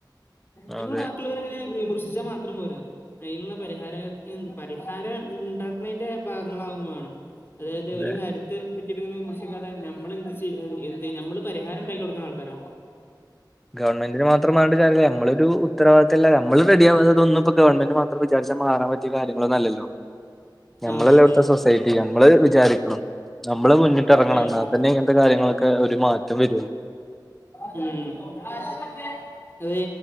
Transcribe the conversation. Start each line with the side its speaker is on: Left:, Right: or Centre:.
Left: നമ്മള്
Centre: അതെ
Left: ബാക്കിയുള്ളവരെ അങ്ങനെ വിമർശിച്ചാൽ മാത്രം പോരാ. അതിനുള്ള പരിഹാര പരിഹാരം ഉണ്ടാക്കണേൻ്റെ ഭാഗങ്ങളാകും വേണം. അതായത്
Centre: അതെ
Left: ഒരു കാര്യത്തെ പറ്റി ഇതിനൊന്നും വിമർശിക്കാതെ നമ്മളെന്ത് ചെയ് എന്ത് നമ്മള് പരിഹാരം ഉണ്ടാക്കി കൊടുക്കുന്ന ആൾക്കാരോ?
Centre: ഗവൺമെന്റിനെ മാത്രം പറഞ്ഞിട്ട് കാര്യമില്ല. നമ്മളുടെ ഒരു ഉത്തരവാദിത്തമില്ല നമ്മള് റെഡി ആവാതെ ഇതൊന്നും ഇപ്പൊ ഗവൺമെന്റ് മാത്രം നമ്മള് വിചാരിച്ച മാറാൻ പറ്റിയ കാര്യങ്ങളൊന്നും അല്ലല്ലോ നമ്മളല്ല
Left: ആഹ് അതെ
Centre: ഇവിടുത്തെ സൊസൈറ്റി. നമ്മള് വിചാരിക്കണം. നമ്മള് മുന്നിട്ട് ഇറങ്ങണം
Left: ഉം
Centre: എന്നാ തന്നെ ഇങ്ങനത്തെ കാര്യങ്ങള് <inaudible> ഒരു മാറ്റം വരൊള്ളു
Left: ഉം <inaudible> അതെ